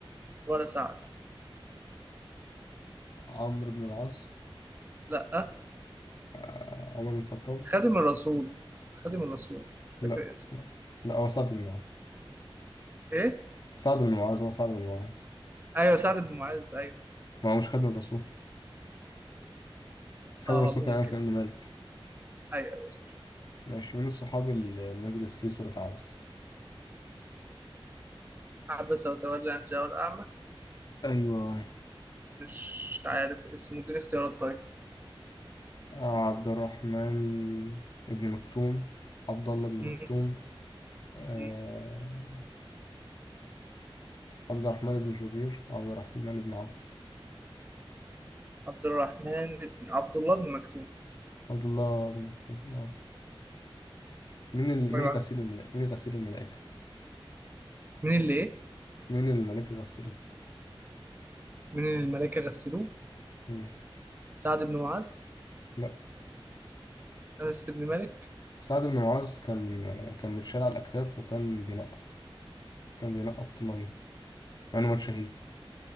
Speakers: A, on the right; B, on the left.
A: ولا سعد
B: عمرو بن العاص
A: لا
B: آه، عمر بن الخطاب
A: خادم الرسول خادم الرسول مش
B: لا
A: فاكر اسمه
B: لا لا هو سعد بن معاذ
A: ايه
B: سعد بن معاذ هو سعد بن معاذ
A: ايوه سعد بن معاذ ايوه
B: ما هو مش خادم الرسول خادم
A: اه
B: الرسول
A: ممكن
B: كان أنس بن مالك
A: ايوه ايوه صح
B: ماشي من الصحاب اللي نزلت فيه صورة عبس
A: عبس وتولى ان جاءه الاعمى
B: ايوه
A: مش عارف اسمه اديني اختيارات طيب
B: آه، عبد الرحمن ابن مكتوم عبد الله بن
A: م-
B: مكتوم آه،
A: م.
B: عبد الرحمن بن جبير عبد الرحمن بن عوف
A: عبد الرحمن بن عبد الله بن مكتوم
B: عبد الله بن مكتوم اه من ال...
A: طيب،
B: من
A: عارف.
B: غسيل الملائكة من غسيل الملائكة
A: مين اللي ايه
B: من الملائكة غسلته
A: من الملائكة غسلوه
B: مم.
A: سعد بن معاذ
B: لا
A: أنس بن مالك
B: سعد بن معاذ كان كان متشال على الأكتاف وكان بينقط كان بينقط مية أنا مات شهيد